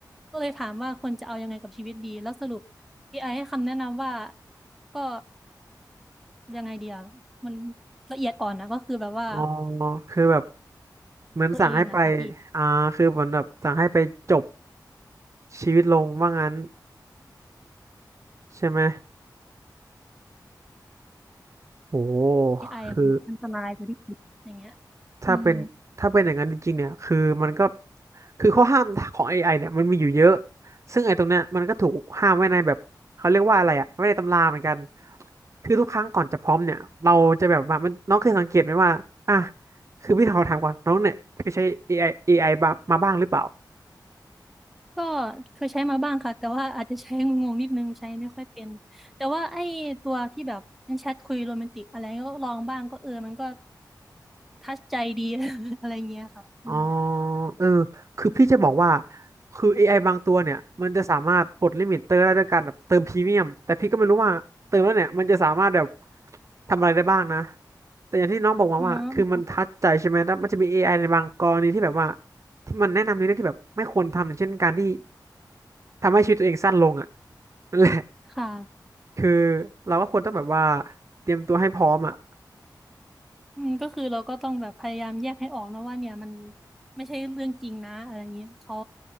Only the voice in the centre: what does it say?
ก็เลยถามว่าควรจะเอายังไงกับชีวิตดี แล้วสรุปเอไอให้คำแนะนำว่าก็ยังไงเดียวมันละเอียดอ่อนนะก็คือแบบว่า
ตัวเองอะค่ะพี่
AI
มันอันตรายกว่าที่คิดอย่างเงี้ย
อืม
ก็เคยใช้มาบ้างค่ะแต่ว่าอาจจะใช้งงๆนิดนึงใช้ไม่ค่อยเป็นแต่ว่าไอ้ตัวที่แบบเป็นแชทคุยโรแมนติกอะไรก็ลองบ้างก็เออมันก็ทัชใจดี <laughs> อะไรเงี้ยค่ะอืม
อ๋อ
ค่ะ
อืมก็คือเราก็ต้องแบบพยายามแยกให้ออกนะว่าเนี่ยมันไม่ใช่เรื่องจริงนะอะไรอย่างเงี้ยเขา